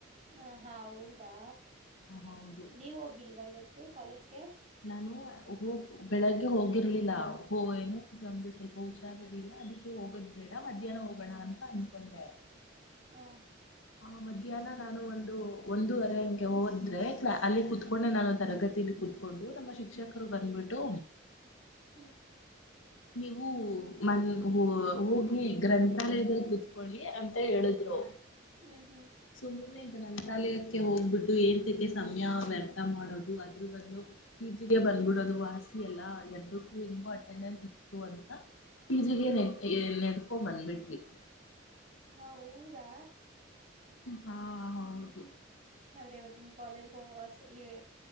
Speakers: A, on the right; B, on the left.
A: ಹ ಹಾ ಹೌದಾ
B: ಹೌದು
A: ನೀವ ಹೋಗಿಲ್ವಾ ಇವತ್ತು ಕಾಲೇಜ್ಗೆ
B: ನಾನು ಹೋಗ ಬೆಳಗ್ಗೆ ಹೋಗಿರ್ಲಿಲ್ಲ ಹ ಏನು ನಮಗೆ ಸ್ವಲ್ಪ ಹುಷಾರದಿಲ್ಲ ಅದಕ್ಕೆ ಹೋಗೋದ್ ಬೇಡ ಮಧ್ಯಾಹ್ನ ಹೋಗೋಣ ಅಂತ ಅನ್ಕೊಂಡೆ
A: ಹ
B: ಆ ಮಧ್ಯಾಹ್ನ ನಾನು ಒಂದು ಒಂದೂವರೆ ಹಂಗೆ ಹೋದ್ರೆ ಆಲಾ ಅಲ್ಲಿ ಕುೂತ್ಕೊಂಡೆ
A: ಹ್ಮ್
B: ನಾನು ತರಗತಿಿನ ಕುೂತ್ಕೊಂಡು ನಮ್ಮ ಶಿಕ್ಷಕರು ಬಂದ್ಬಿಟ್ಟು
A: ಹ್ಮ್
B: ನೀವು ಮನ್ ಹೋಗಿ ಗ್ರಂಥಾಲಯದ ಕುೂತ್ಕಿ ಅಂತ ಹೇಳಿದ್ರು
A: ಹ್ಮ್ ಹ್ಮ್
B: ಸುಮ್ಮ ನೀಕ ನಾನ ಗ್ರಂಥಾಲಯಕ್ಕೆ ಹೋಗ್ಬಿಟ್ಟು ಏಳ್ತಕ್ಕೆ ಸಮಯ ವ್ಯರ್ಥ ಮಾಡೋದು ಅದ್ರೂ ಬಂದು ಪಿ ಜಿಗೆ ಬಂದ್ಬಿಡೋ ಅದು ವಾಸಿ ಅಲ್ಲಾ ಎರಡಕ್ಕೂ ನಿೋ ಅಟೆಂಡೆನ್ಸ್ ಇ ಅಂತ ಈಜಗ ನೆ ನೆಡ್ಕೊ ಬಂದಬಿಡ್ವಿ
A: ಹೌದಾ
B: ಹಾ
A: ಹ್ಮ್
B: ಹೌದು
A: ಹ್ಮ್ ಹ್ಮ್ ಅವ್ರೆ ಇವತ್ತು ನಿಮ್ ಕಾಲೇಜ್ಗ ಈ